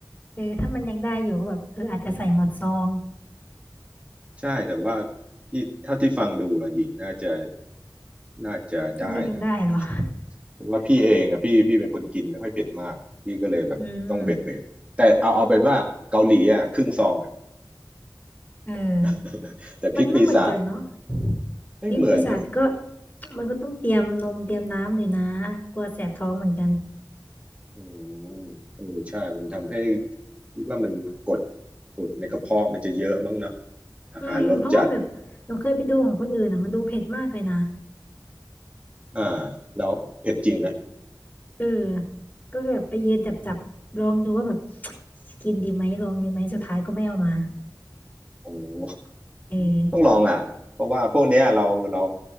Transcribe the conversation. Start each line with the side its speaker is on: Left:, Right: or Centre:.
Left: เออถ้ามันยังได้อยู่ก็แบบเอออาจจะใส่หมดซอง
Right: ใช่แต่ว่าพี่เท่าที่ฟังดูอะหญิงน่าจะน่าจะได้นะ
Left: น่าจะกินได้เหรอ
Right: เพราะว่าพี่เองอะพี่พี่เป็นคนกินไม่ค่อยเผ็ดมากพี่ก็เลยแบบต้องเบ็ดเบ็ดแต่เอาเอาเป็นว่าเกาหลีอะครึ่งซองอะ
Left: อืมเออ
Right: <laughs> แต่พริกปีศาจ
Left: มันไม่เหมือนกันเนาะ
Right: ไม่เหมือนนะ
Left: พริกปีศาจก็มันก็ต้องเตรียมนมเตรียมน้ำเลยนะกลัวแสบท้องเหมือนกัน
Right: อืมเออใช่มันทำให้คิดว่ามันกดกดในกระเพาะมันจะเยอะมั้งเนอะอาหารรสจัด
Left: อืมเพราะว่าแบบหนูเคยไปดูของคนอื่นอ่ะมันดูเผ็ดมากเลยนะ
Right: อ่าแล้วเผ็ดจริงไหม
Left: เออก็แบบไปยืนจับจับลองดูว่าแบบ <tsk> กินดีไหมลองดีไหมสุดท้ายก็ไม่เอามา
Right: โอ้
Left: เอ
Right: ต้องลองอ่ะเพราะว่าพวกเนี้ยเราเรา
Left: อ